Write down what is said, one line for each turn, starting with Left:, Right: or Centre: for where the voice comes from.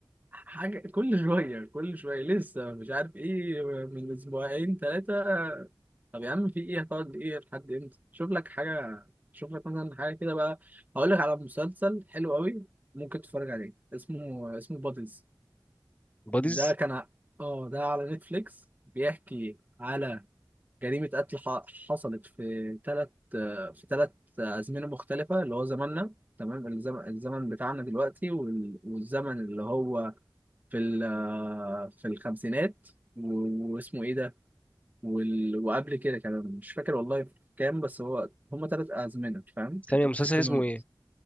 Right: حاجة- كل شويه كل شويه لسه مش عارف ايه من اسبوعين ثلاثه طب يا عم في ايه هتقعد ايه لحد امتى شوف لك حاجه شوف لك مثلا حاجه كده بقى هقول لك على مسلسل حلو قوي ممكن تتفرج عليه اسمه اسمه بادلز
Left: باديز
Right: ده كان ع- اه ده على نتفليكس بيحكي على جريمة قتل ح- حصلت في ثلاث في ثلاث أزمنة مختلفة اللي هو زماننا تمام الزمن الزمن بتاعنا دلوقتي وال- والزمن اللي هو في ال- في الخمسينات و- واسمه ايه ده وال- وقبل كده كمان مش فاكر والله في كام بس هو هما ثلاث أزمنة فاهم كانت
Left: ثانية مسلسل
Right: في التونو
Left: اسمه ايه